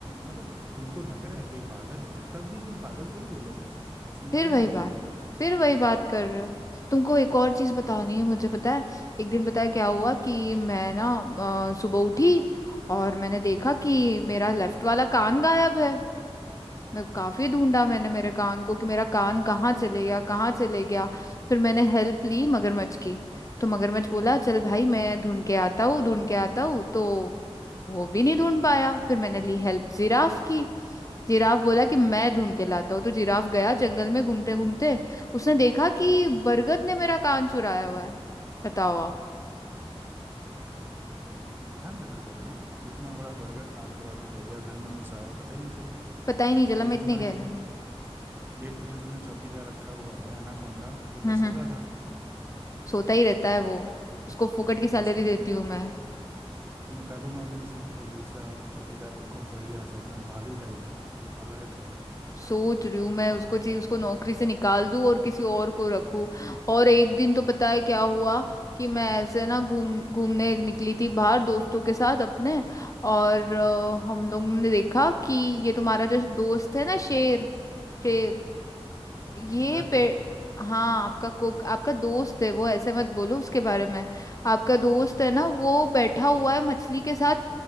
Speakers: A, on the right; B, on the left.
A: मतलब तुमको लग रहा है कोई पागल है तब भी तुम पागल थोड़ी बोलोगे उसको ऐसे मुंह
B: फिर
A: पे
B: वही
A: नहीं बोलते
B: बात
A: हैं ना
B: फिर वही बात कर रहे हो तुमको एक और चीज बतानी है मुझे पता है एक दिन पता है क्या हुआ कि मैं ना अ, सुबह उठी और मैंने देखा कि मेरा लेफ्ट वाला कान गायब है मैं काफी ढूंढा मैंने मेरे कान को कि मेरा कान कहाँ चले गया कहाँ चले गया फिर मैंने हेल्प ली मगरमच्छ की तो मगरमच्छ बोला चल भाई मैं ढूंढ के आता हूँ ढूंढ के आता हूँ तो वो भी नहीं ढूंढ पाया फिर मैंने ली हेल्प जिराफ की जिराफ बोला कि मैं ढूंढ के लाता हूँ तो जिराफ गया जंगल में घूमते घूमते उसने देखा कि बरगद ने मेरा कान चुराया हुआ है बताओ आप
A: ध्यान रखा करो ना इतना बड़ा बरगद कान चुरा के ले गया घर में घुसाया पता ही नहीं चला
B: पता ही नहीं चला
A: वो
B: मैं
A: जो
B: इतनी
A: तुम्हारे
B: कह
A: गेट
B: रही हूँ
A: गेट पे जो तुमने चौकीदार रखा हुआ है एनाकोंडा वो क्या
B: हम्म हम्म
A: सो रहा था
B: सोता ही रहता है वो उसको फुकट की सैलरी
A: तो उसको निकाल
B: देती हूँ मैं
A: तो निकालो नौकरी से कोई दूसरा चौकीदार रखो बढ़िया सा एकदम भालू टाइप का जो अलर्ट रहे
B: सोच रही हूँ मैं उसको चाहिए उसको नौकरी से निकाल दूं और किसी और को रखूं और एक दिन तो पता है क्या हुआ कि मैं ऐसे ना घूम घूमने निकली थी बाहर दोस्तों के साथ अपने और अ, हम लोग ने देखा कि ये तुम्हारा जो दोस्त है ना शेर शेर ये
A: मेरा
B: पे हाँ आपका कुक आपका दोस्त है वो ऐसे मत बोलो उसके बारे में आपका दोस्त है ना वो बैठा हुआ है मछली के साथ